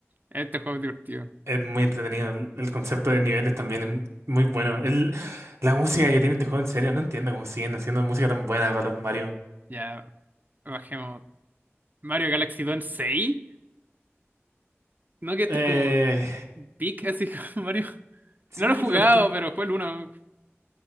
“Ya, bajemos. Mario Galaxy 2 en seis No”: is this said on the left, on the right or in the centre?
Right